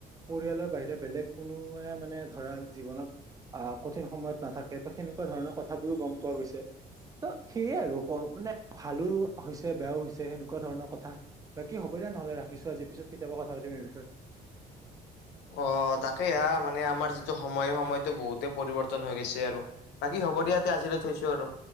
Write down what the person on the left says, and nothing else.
অ', তাকেই হা মানে আমাৰ যিটো সময় সময়তটো বহুতে পৰিৱৰ্তন হৈ গৈছে আৰু। বাকী হ'ব দিয়া এতিয়া আজিলৈ থৈছো আৰু।